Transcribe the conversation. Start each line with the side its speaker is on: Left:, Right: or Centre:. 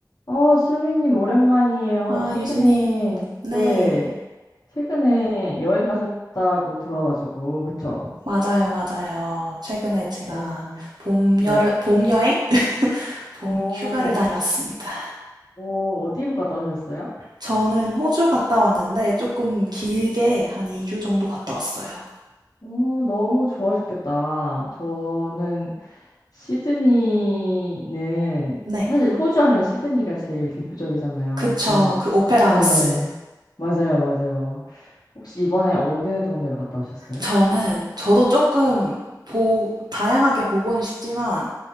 Left: 어, 수빈님, 오랜만이에요.
Right: 아,
Left: 최근에,
Right: 유진님.
Left: 네,
Right: 네.
Left: 최근에 여행 가셨다고 들어가지고, 그쵸?
Right: 맞아요, 맞아요. 최근에 제가
Left: 어,
Right: 봄,
Left: 네.
Right: 여름, 봄 여행? 봄
Left: 어,
Right: 휴가를 다녀왔습니다.
Left: 어, 어디로 갔다 오셨어요?
Right: 저는 호주 갔다 왔는데 조금 길게 한 2주 정도 갔다 왔어요.
Left: 오 너무 좋아하셨겠다. 저는 시드니는,
Right: 네.
Left: 사실 호주 하면 시드니가 제일 대표적이잖아요.
Right: 그쵸.
Left: 그래서,
Right: 그 오페라
Left: 네,
Right: 하우스.
Left: 맞아요, 맞아요. 혹시 이번에 어느 동네로 갔다 오셨어요?
Right: 저는, 저도 조금 보, 다양하게 보고는 싶지만